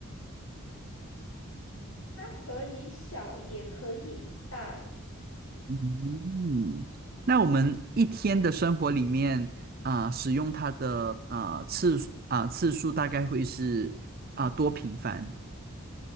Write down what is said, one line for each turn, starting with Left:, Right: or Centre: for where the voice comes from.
Left: 它可以小，也可以大。
Right: 嗯，那我们一天的生活里面啊，使用它的啊次数啊次数大概会是啊多频繁、